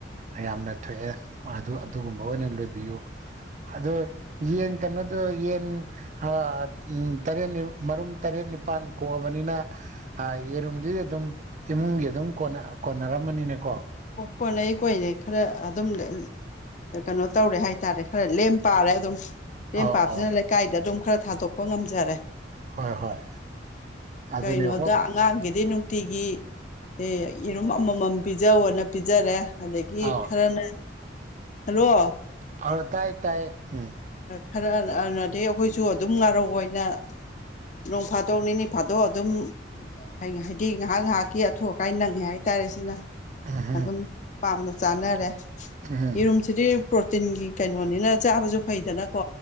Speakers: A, on the right; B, on the left.
A: ꯌꯥꯝꯅ <unintelligible> ꯑꯗꯨꯒꯨꯝꯕ ꯑꯣꯏꯅ ꯂꯣꯏꯕꯤꯌꯨ <unintelligible> ꯌꯦꯟ ꯀꯩꯅꯣꯗꯣ ꯌꯦꯟ <unintelligible> <unintelligible> ꯇꯔꯦꯠ ꯃꯔꯨꯝ ꯇꯔꯦꯠ ꯅꯤꯄꯥꯜ ꯀꯣꯛꯑꯕꯅꯤꯅ <unintelligible> <unintelligible> ꯌꯦꯔꯨꯝꯗꯤ ꯑꯗꯨꯝ ꯏꯃꯨꯡꯒꯤ ꯑꯗꯨꯝ ꯀꯣꯟꯅꯔꯝꯃꯅꯤꯅꯦꯀꯣ
B: ꯀꯣꯟꯅꯩ ꯀꯣꯏꯅꯩ ꯈꯔ ꯑꯗꯨꯝ <unintelligible> ꯀꯩꯅꯣ ꯇꯧꯔꯦ ꯍꯥꯏꯇꯥꯔꯦ ꯈꯔ ꯂꯦꯝ ꯄꯥꯔꯦ ꯑꯗꯨꯝ ꯂꯦꯝ
A: ꯑꯧ
B: ꯄꯥꯕꯁꯤꯅ
A: ꯑꯧ
B: ꯂꯩꯀꯥꯏꯗ ꯑꯗꯨꯝ ꯈꯔ ꯊꯥꯗꯣꯛ ꯄ ꯉꯝꯖꯔꯦ
A: ꯍꯣꯏ ꯍꯣꯏ ꯑꯗꯨꯅꯦ
B: ꯀꯩꯅꯣꯗ
A: ꯍꯣꯞ
B: ꯑꯉꯥꯡꯒꯤꯗꯤ ꯅꯨꯡꯇꯤꯒꯤ ꯑꯦ ꯌꯦꯔꯨꯝ ꯑꯃꯃꯝ ꯄꯤꯖꯧꯅ ꯄꯤꯖꯔꯦ ꯑꯗꯒꯤ
A: ꯑꯥꯎ
B: ꯈꯔꯅ ꯍꯦꯜꯂꯣ
A: ꯑ ꯇꯥꯏ ꯇꯥꯏ ꯎꯝ
B: ꯈꯔ <unintelligible> ꯑꯩꯈꯣꯏꯁꯨ ꯑꯗꯨꯝ ꯉꯥꯔꯧ ꯑꯣꯏꯅ ꯅꯣꯡ ꯐꯥꯗꯣꯛ ꯅꯤꯅꯤ ꯐꯥꯗꯣꯛ <unintelligible> ꯗꯨꯝ ꯑꯩꯅꯥ ꯍꯥꯏꯗꯤ ꯉꯥꯏꯍꯥꯛ ꯉꯥꯏꯍꯥꯛꯀꯤ ꯑꯊꯨ ꯑꯀꯥꯏ ꯅꯪꯉꯦ ꯍꯥꯏꯇꯥꯔꯦ ꯁꯤꯅ
A: ꯎꯝ
B: ꯑꯗꯨꯝ ꯄꯥꯝꯅ ꯆꯥꯅꯔꯦ
A: ꯎꯝ
B: ꯌꯦꯔꯨꯝꯁꯤꯗꯤ ꯄ꯭ꯔꯣꯇꯤꯟꯒꯤ ꯀꯩꯅꯣꯅꯤꯅ ꯆꯥꯕꯁꯨ ꯐꯩꯗꯅꯀꯣ